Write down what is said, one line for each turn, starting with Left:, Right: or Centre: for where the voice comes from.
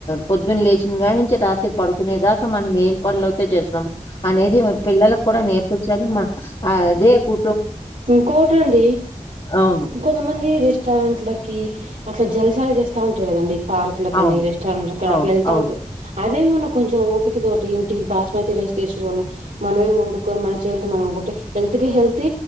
Left: పొద్దున్న లేచి ఇంగానించి రాత్రి పడుకునేదాకా మనం ఏం పనులు అవుతే చేస్తాం అనేది మీ పిల్లలకు కూడా నేర్పించాలి మనం అ అదే కు
Right: ఇంకోకటి అండి
Left: అవును
Right: ఇంకొంతమంది రెస్టారెంట్లకి అట్లా జల్సాలు చేస్తా ఉంటారు కదండి పార్క్ ల కాని
Left: అవును
Right: రెస్టారెంట్ల కానీ
Left: అవును
Right: అట్లా వెళ్తా
Left: అవును
Right: ఉంటారు అ అదే మనం కొంచెం ఓపిక తోటి ఇంటి బాస్మతి రైస్ తెసుకొని మనమే వండుకొని మన చేతుల్తో మనం ఉంటే హెల్త్ కి హెల్త్